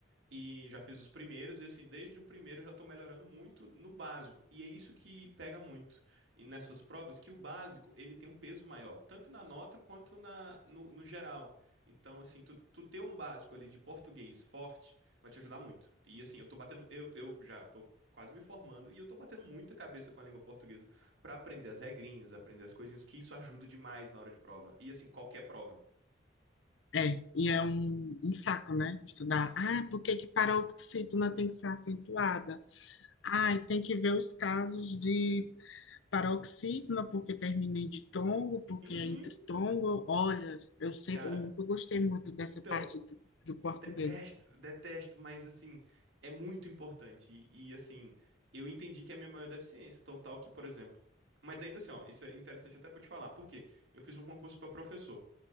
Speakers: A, on the right; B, on the left.
A: E já fiz os primeiros, e assim, desde o primeiro eu já tô melhorando muito no básico. E é isso que pega muito e nessas provas, que o básico, ele tem um peso maior, tanto na nota quanto na, no, no geral. Então, assim, tu, tu ter um básico ali de português forte vai te ajudar muito. E assim, eu tô batendo, eu, eu já tô quase me formando e eu tô batendo muita cabeça com a língua portuguesa pra aprender as regrinhas, aprender as coisinhas, que isso ajuda demais na hora de prova. E assim, qualquer prova.
B: É, e é um, um saco, né? Estudar.
A: Ah,
B: Ah, por que que paroxítona tem que ser acentuada? Ah, e tem que ver os casos de paroxítona, porque termina em ditongo, porque
A: uhum,
B: é entre tongo. Olha, eu sempre,
A: cara,
B: eu nunca gostei
A: sim.
B: muito dessa
A: Então,
B: parte do, do português.
A: Eu detesto, detesto, mas assim, é muito importante. E, e, assim, eu entendi que é a minha maior deficiência, tão tal que, por exemplo. Mas ainda assim, ó, isso é interessante até pra eu te falar. Por quê? Eu fiz um concurso pra professor.